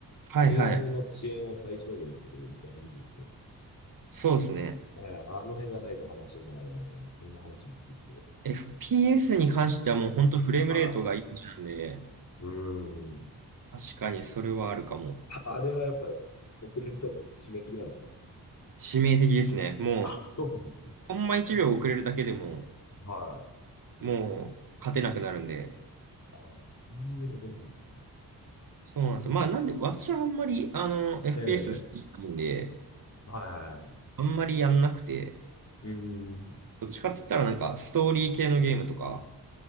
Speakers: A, on the right; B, on the left.
A: はいはい。
B: フレームの遅延を最小限にするみたいな技術。
A: そうですね。
B: えーあの辺がないと話にならないみたいな、そんな話も聞いて。
A: FPS に関してはもう本当フレームレートがいいんで、
B: えはい。うーん。
A: 確かにそれはあるかも。
B: あ、あれがやっぱ遅れるともう致命的なんですか <laughs>
A: 致命的ですね。も
B: あ、そうなんですね。
A: う、ほんま1秒遅れるだけでも、
B: そう、はい。
A: もう勝てなくなるんで。
B: あ、そういうレベルなんですね。
A: そうなんですよ。まあなんで、私はあんまり、あの、FPS
B: ええ、
A: 好きじゃないんで、
B: はいはいはい。
A: あんまりやんなくて、
B: うーん。
A: どっちかって言ったらなんかストーリー系のゲームとか、